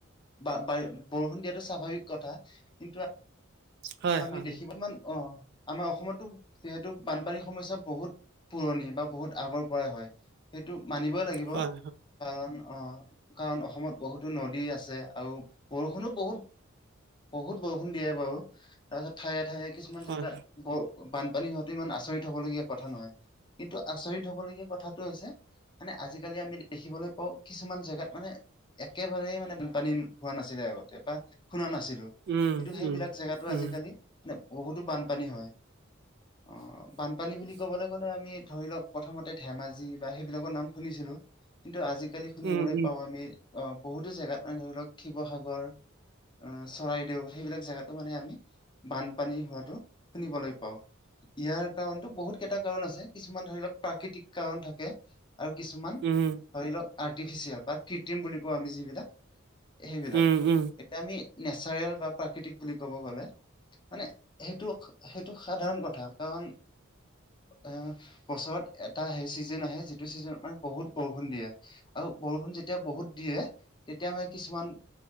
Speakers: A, on the left (about 25°); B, on the right (about 55°).
A: বৰষুণ দিয়াটো স্বাভাৱিক কথা কিন্তু
B: হয়
A: আমি
B: হয়
A: দেখিব ইমান অ। আমাৰ অসমতো যিহেতু বানপানীৰ সমস্যা বহুত পুৰণি বা বহুত আগৰ পৰাই হয়। সেইটো মানিবই লাগিব।
B: হয়
A: কাৰণ অ কাৰণ অসমত বহুতো নদী আছে আৰু বৰষুণো বহুত। বহুত বৰষুণ দিয়ে বাৰু। তাৰপিছত ঠাইয়ে ঠাইয়ে কিছুমান
B: হয়
A: জেগাত
B: হয়
A: বৰ বানপানী হোৱাটো ইমান আচৰিত হবলগীয়া কথা নহয়। কিন্তু আচৰিত হবলগীয়া কথাটো হৈছে। মানে আজিকালি আমি দেখিবলৈ পাওঁ। কিছুমান জেগাত মানে একেবাৰেই মানে বানপানী হোৱা নাছিলে আগতে বা শুনা নাছিলোঁ।
B: উম
A: কিন্তু সেইবিলাক
B: উম
A: জেগাতো আজিকালি
B: উম
A: মানে বহুতো বানপানী হয়। অ, বানপানী বুলি ক'বলে গ'লে আমি ধৰি লওঁক, প্ৰথমতে ধেমাজি বা সেইবিলাকৰ নাম শুনিছিলোঁ। কিন্তু আজিকালি শুনিবলৈ
B: উম উম
A: পাওঁ আমি অহ বহুতো জেগাত মানে ধৰি লওঁক, শিৱসাগৰ আহ চৰাইদেউ সেইবিলাক জেগাতো মানে আমি বানপানী হোৱাটো শুনিবলৈ পাওঁ। ইয়াৰ কাৰণটো বহুত কেইটা কাৰন আছে। কিছুমান ধৰি লওঁক, প্ৰাকৃতিক কাৰণ থাকে আৰু কিছুমান
B: উম।
A: ধৰি লওঁক আৰ্টিফিচিয়েল বা কৃত্ৰিম বুলি কওঁ আমি যিবিলাক, সেইবিলাক।
B: উম উম
A: এতিয়া আমি নেচাৰেল বা প্ৰাকৃতিক বুলি ক'ব গ'লে। মানে সেইটো সেইটো সাধাৰণ কথা কাৰণ। এ বছৰত এটা সেই ছিজেন আহে, যিটো ছিজন মানে বহুত বৰষুণ দিয়ে। আৰু বৰষুণ যেতিয়া বহুত দিয়ে, তেতিয়া মানে কিছুমান